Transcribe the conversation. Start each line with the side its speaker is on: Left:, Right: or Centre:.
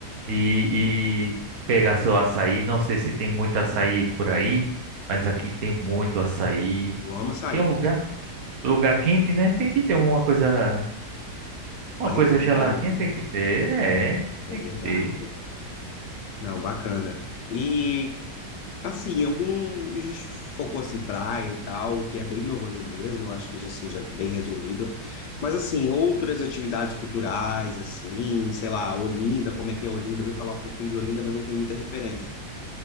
Right: e, e pegar seu açaí. Não sei se tem muito açaí por aí, mas
Left: né?
Right: aqui tem muito açaí.
Left: Eu amo açaí,
Right: Que é um lugar, lugar quente, né? Tem que ter uma coisa, uma
Left: para
Right: coisa
Left: refrescar,
Right: geladinha,
Left: né?
Right: tem que ter, é, tem
Left: É verdade.
Right: que ter.
Left: Não, bacana. E, assim, alguns focou, assim, praia e tal, que é bem meu rolê mesmo, acho que, já, assim, já bem resolvido. Mas, assim, outras atividades culturais, assim, sei lá, Olinda, como é que é Olinda? Eu ouvi falar um pouquinho de Olinda, mas não tem muita referência.